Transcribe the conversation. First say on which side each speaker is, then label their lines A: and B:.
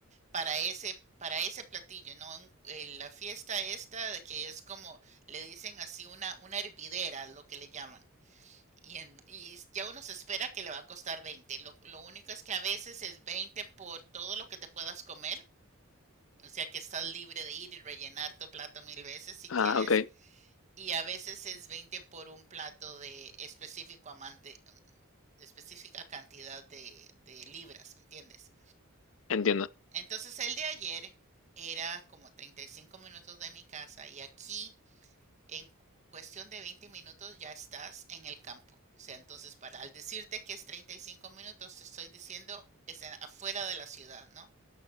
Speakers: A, on the right; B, on the left.
A: para ese, para ese platillo, ¿no? en eh, la fiesta esta de que es como, le dicen así una, una hervidera, lo que le llaman. Y, en- y ya uno se espera que le va a costar veinte Lo, lo único es que a veces es 20 por todo lo que te puedas comer. O sea que estás libre de ir y rellenar tu plato mil veces si
B: Ah,
A: quieres.
B: ok.
A: Y a veces es 20 por un plato de específico amante, de específica cantidad de, de libras, ¿me entiendes?
B: Entiendo.
A: Entonces el de ayer era como 35 minutos de mi casa y aquí en cuestión de 20 minutos ya estás en el campo. O sea, entonces para al decirte que es 35 minutos te estoy diciendo es afuera de la ciudad, ¿no?